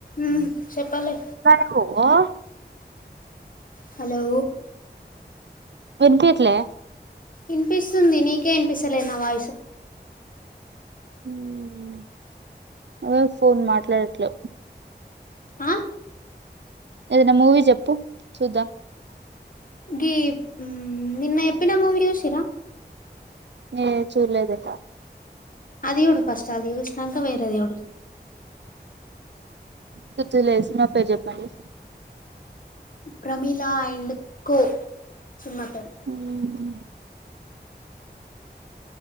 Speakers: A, on the left; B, on the right.
A: ఉహ్ చెప్పాలే
B: సరే ఉహ్ ఓ
A: హలో
B: వినిపియట్లే
A: ఇంపిసుంది నీకే ఇన్పిసలేదు నా వాయిసు
B: ఉహ్ నువ్వే ఫోన్ మాట్లాట్ లేవ్
A: ఆ
B: ఏదన్నా మూవీ చెప్పు చూద్దాం.
A: గిప్ ఉహ్మ్ నిన్న ఎప్పినా మూవీ యుశిరా.
B: ఏ చూలదే
A: అది యూడు ఫస్ట్ అది యుశనాక వేరేద్ యుడ్
B: గుచ్చు లేశినా పేరు జేప్పండి.
A: ప్రమీలా అయిండ్ కో చీమ్మా పేరు.
B: ఉహుహ్